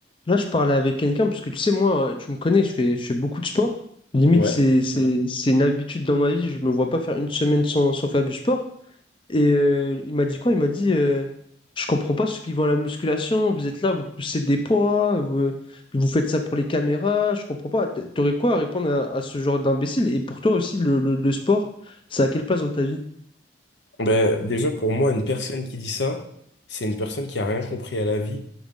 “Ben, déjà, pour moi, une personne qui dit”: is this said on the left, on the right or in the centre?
Left